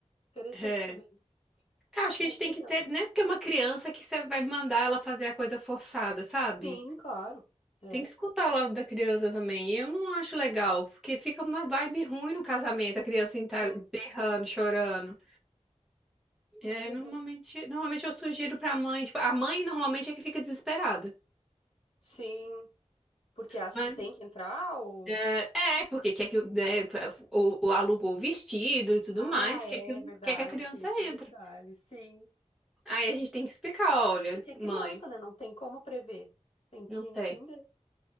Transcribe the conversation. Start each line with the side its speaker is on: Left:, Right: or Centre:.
Left: interessante
Centre: É.
Left: saber disso.
Centre: Eu acho que
Left: Ai,
Centre: a gente
Left: que
Centre: tem
Left: legal.
Centre: que ter, né? Porque é uma criança que você vai mandar ela fazer a coisa forçada, sabe?
Left: Sim, claro. É,
Centre: Tem que escutar o lado da criança também. E eu não acho legal, porque fica uma vibe ruim no casamento, a criança assim, tá
Left: sim.
Centre: berrando, chorando. É,
Left: Ai, que
Centre: normalmente,
Left: legal.
Centre: normalmente eu sugiro pra mãe, tipo, a mãe normalmente é que fica desesperada.
Left: Sim, porque acha
Centre: Mas,
Left: que tem que entrar ou.
Centre: eh, é, porque quer que o- né, o, o- alugou o vestido e tudo
Left: Ah,
Centre: mais,
Left: é
Centre: quer que,
Left: verdade,
Centre: quer que a criança
Left: tem esses
Centre: entre.
Left: detalhes, sim.
Centre: Aí a gente tem que explicar, olha,
Left: É que é criança,
Centre: mãe,
Left: né? Não tem como prever. Tem
Centre: não
Left: que
Centre: tem.
Left: entender.